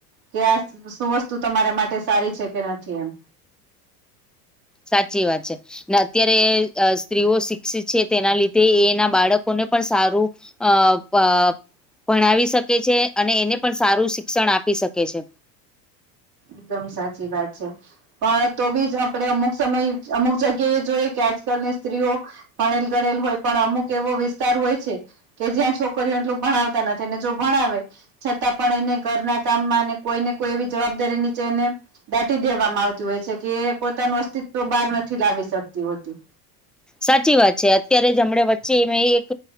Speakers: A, on the right (about 45°); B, in the centre.
A: કે આ શું વસ્તુ તમારા માટે સારી છે કે નથી, એમ.
B: સાચી વાત છે. ને અત્યારે સ્ત્રીઓ શિક્ષિત છે તેના લીધે એના બાળકોને પણ સારું અ અ ભણાવી શકે છે અને એને પણ સારું શિક્ષણ આપી શકે છે.
A: એકદમ સાચી વાત છે. પણ તો બીજ આપડે અમુક સમય અમુક જગ્યા એ જોઈએ કે, આજકાલ ની સ્ત્રીઓ પાણેલ ગણેલ હોય, પણ અમુક એવો વિસ્તાર હોય છે. કે જ્યાં છોકરીઓ એટલું ભણાવતા નથી ને, જો ભણાવે છતાં પણ એને ઘરના કામમાં કોઈ ને કોઈ એવી જવાબદારી નીચે જેને દાટી દેવામાં આવતી હોય છે કે પોતાનું અસ્તિત્વ બહાર નથી લાવી શકતી હોતી.
B: સાચી વાત છે અત્યારે જ હમણા વચ્ચે એક.